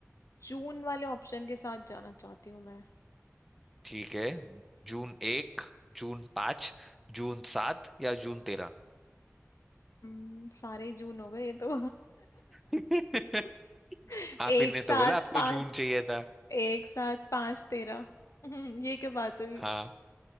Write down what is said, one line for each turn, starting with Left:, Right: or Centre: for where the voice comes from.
Left: जून वाले ऑप्शन के साथ जाना चाहती हूँ मैं
Centre: ठीक है जून एक जून पाँच जून सात या जून तेरह
Left: हम्म, सारे ही जून हो गए ये तो
Centre: <laughs>
Left: <laughs>
Centre: आप
Left: एक
Centre: ही ने
Left: साथ
Centre: तो बोला आपको
Left: पांच
Centre: जून चाहिए था
Left: एक साथ पांच तेरह हम्म, ये क्या बात हुई
Centre: हाँ